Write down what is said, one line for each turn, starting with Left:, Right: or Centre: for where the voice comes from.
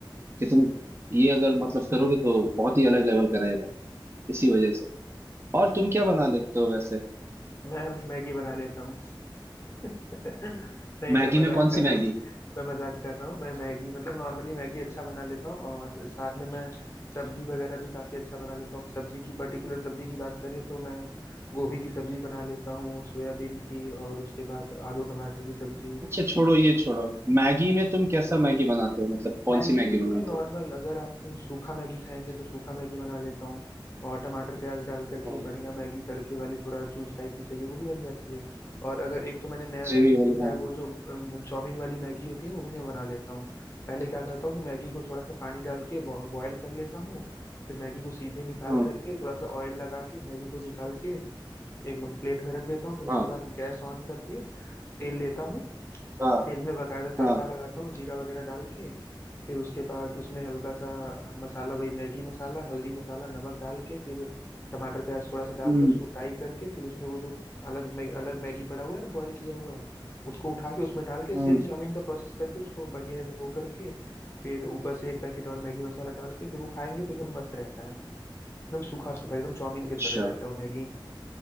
Right: कि तुम ये अगर मतलब करोगे तो बहुत ही अलग लेवल का रहेगा इसी वजह से और तुम क्या बना लेते हो वैसे
Left: मैं बस मैगी बना लेता हूँ <laughs> नहीं नहीं
Right: मैगी
Left: मैं
Right: में
Left: मजाक
Right: कौन
Left: कर
Right: सी मैगी
Left: रहा हूँ मैं मजाक कर रहा हूँ मैं मैगी मतलब नॉर्मली मैगी अच्छा बना लेता हूँ और साथ में मैं सब्जी वगैरह भी काफी अच्छा बना लेता हूँ सब्जी की पर्टिकुलर सब्जी की बात करें तो मैं गोभी की सब्जी बना लेता हूँ सोयाबीन की और उसके बाद आलू टमाटर की सब्जी
Right: अच्छा छोड़ो ये छोड़ो मैगी में तुम कैसा मैगी बनाते हो मतलब कौन
Left: मैगी
Right: सी मैगी बनाते
Left: में नॉर्मल अगर आप सूखा मैगी खाएंगे तो सूखा मैगी बना लेता हूँ और टमाटर प्याज डाल करके
Right: हो
Left: बढ़िया मैगी तड़के वाली थोड़ा जूस टाइप में चाहिए वो भी बन जाती है और अगर एक तो मैंने नया
Right: ग्रेवी
Left: मैगी सीखा
Right: वाली
Left: है वो जो अम, चाउमीन वाली मैगी होती है ना, वो भी मैं बना लेता हूँ पहले क्या करता हूँ कि मैगी को थोड़ा सा पानी डाल के बॉयल कर लेता हूँ फिर मैगी को सीधे निकाल
Right: हाँ
Left: करके थोड़ा सा ऑयल लगा के मैगी को निकाल के एक प्लेट में रख देता हूँ फिर उसके
Right: हाँ
Left: बाद गैस ऑन करके तेल लेता हूँ
Right: हाँ
Left: तेल में बकायदा तड़का
Right: हाँ हाँ
Left: लगाता हूँ जीरा वगैरह डाल के फिर उसके बाद उसमें हल्का सा मसाला वही मैगी मसाला हल्दी मसाला नमक डाल के फिर टमाटर प्याज थोड़ा सा डाल
Right: हम्म
Left: के उसको फ्राई करके फिर उसमें वो जो अलग मैग, अलग मैगी पड़ा हुआ है ना बॉईल किया हुआ उसको उठा के उसमें डाल के सेम
Right: हम्म
Left: चाउमीन का प्रोसेस करके उसको बढ़िया वो करके फिर ऊपर से एक पैकेट और मैगी मसाला डाल के फिर वो खाएंगे तो एकदम मस्त रहता है एकदम सूखा सूखा एकदम चाउमीन
Right: अच्छा
Left: की तरह रहता है वो मैगी